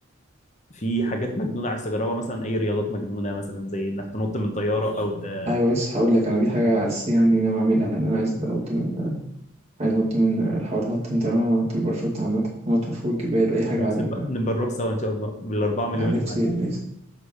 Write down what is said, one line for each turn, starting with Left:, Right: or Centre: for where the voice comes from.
Left: في حاجات مجنونه عايز تجربها مثلا اي رياضات مجنونه مثلا زي انك تنط من طياره او ت... <laughs>
Right: ايوه لسه هقول لك انا دي حاجة اساسية عندي ناوي اعملها ان انا عايز انط من عايز انط من حوار نط من طيران ونط الباراشوت عامة ونط من فوق الجبال اي حاجة
Left: خلاص
Right: عالية
Left: نبقى
Right: فاهم
Left: نبقى نروح سوا ان شاء الله بالاربعه مليون
Right: انا نفسي
Left: اللي معاك
Right: نفسي